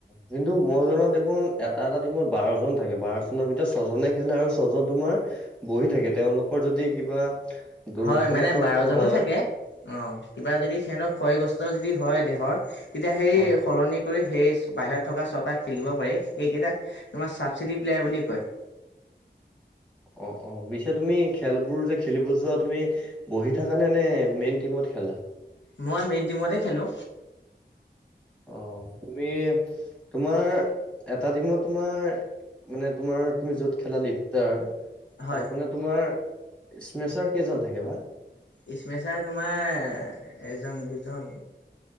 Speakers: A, in the centre; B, on the left.
A: কিন্তু মই জনত দেখোন এটা এটা টিমত বাৰজন থাকে বাৰজনৰ ভিতৰত ছজনে খেলে আৰু ছ জন তোমাৰ বহি থাকে তেওঁলোকৰ যদি কিবা দুৰ্ঘটনাপ্ৰাপ্ত
B: হয় মানে বাৰজনো
A: হয়
B: থাকে অ কিবা যদি সিহঁতক ক্ষয়গ্ৰস্ত যদি হয় দেহৰ তেতিয়া সেই
A: অ
B: সলনি কৰি সেই বাহিৰত থকা ছটা খেলিব পাৰি সেইকেইটাক তোমাৰ ছাবচিডি প্লেয়াৰ বুলি কয়
A: অ অ পিছে তুমি খেলবোৰ যে খেলিব যোৱা তুমি বহি থকা নে নে মেইন টিমত খেলা
B: মই মেইন টিমতে খেলো
A: অ তুমি তোমাৰ এটা দিনত তোমাৰ মানে তোমাৰ তুমি য'ত খেলা লিপটাৰ
B: হয়
A: তাত মানে তোমাৰ স্মেচাৰ কেইজন থাকে বা
B: ইচ্মেচাৰ তোমাৰ এজন দুজন